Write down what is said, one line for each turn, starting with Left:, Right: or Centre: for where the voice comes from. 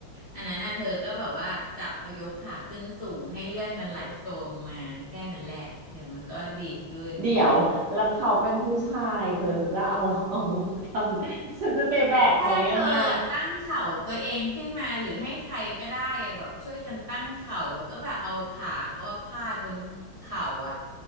Left: อันนั้นน่ะเธอก็แบบว่าจับเขายกขาขึ้นสูงให้เลื่อนมันไหลโฟงมาแค่นั้นแหละเดี๋ยวมันก็ดีขึ้น
Right: เดี๋ยวแล้วเขาเป็นผู้ชายเธอฉันจะเอาเขา <laughs> ทำฉันจะไปแบกเขายังไง
Left: แค่เธออะตั้งเข่าตัวเองขึ้นมาหรือให้ใครก็ได้อะแบบช่วยกันตั้งเข่าแล้วก็แบบเอาขาเขาว่าพาดบนเข่าอะ